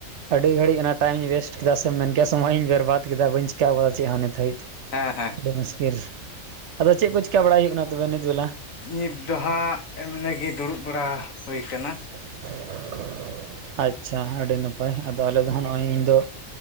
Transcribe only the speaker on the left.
ᱦᱮᱸ ᱦᱮᱸ᱾
ᱱᱤᱛ ᱫᱚ ᱦᱟᱸᱜ ᱮᱢᱱᱤᱜᱮ ᱫᱩᱲᱩᱵ ᱵᱟᱲᱟ ᱦᱳᱭ ᱠᱟᱱᱟ᱾